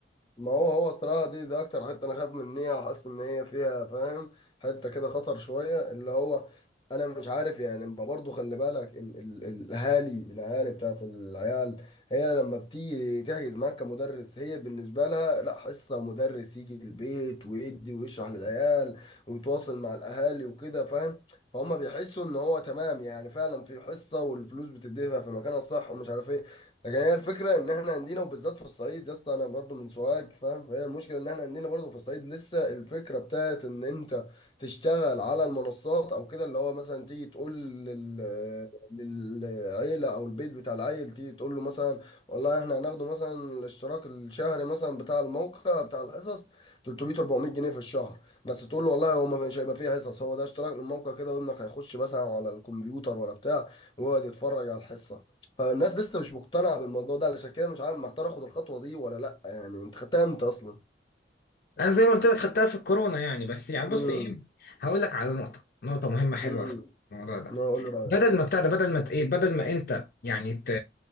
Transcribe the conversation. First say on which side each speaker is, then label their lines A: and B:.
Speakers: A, on the left (about 30°); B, on the left (about 55°).
A: ما هو هو الصراحة دي دي أكتر حتة أنا خايف منها وحاسس إن هي فيها فاهم حتة كده خطر شوية اللي هو أنا مش عارف يعني ما برضه خلي بالك إن ال- ال- الأهالي الأهالي بتاعت العيال هي لما بتيجي تحجز معاك كمدرس هي بالنسبة لها لا حصة مدرس يجي البيت ويدي ويشرح للعيال ويتواصل مع الأهالي وكده فاهم فهم بيحسوا إن هو تمام يعني فعلا في حصة والفلوس بتدفع في مكانها الصح ومش عارف إيه لكن هي الفكره ان احنا عندنا وبالذات في الصعيد لسه انا برضو من سوهاج فاهم فهي المشكله ان احنا عندنا برضو في الصعيد لسه الفكره بتاعت ان انت تشتغل على المنصات او كده اللي هو مثلا تيجي تقول لل... للعيله او البيت بتاع العيل تيجي تقول له مثلا والله احنا هناخده مثلا الاشتراك الشهري مثلا بتاع الموقع بتاع الحصص 300 400 جنيه في الشهر بس تقول له والله هو ما مش هيبقى فيه حصص هو ده اشتراك من الموقع كده وابنك هيخش مثلا على الكمبيوتر ولا بتاع ويقعد يتفرج على الحصه فالناس لسه مش مقتنعة بالموضوع ده علشان كده مش عارف محتار اخد الخطوة دي ولا لا يعني انت خدتها امتى اصلا
B: انا زي ما قلت لك خدتها في الكورونا يعني بس يعني
A: امم
B: بص ايه هقول لك على نقطه نقطه مهمه حلوه
A: امم
B: في الموضوع ده
A: انا اقول رأيك
B: بدل ما بتاع ده بدل ما ت- ايه بدل ما انت يعني ت-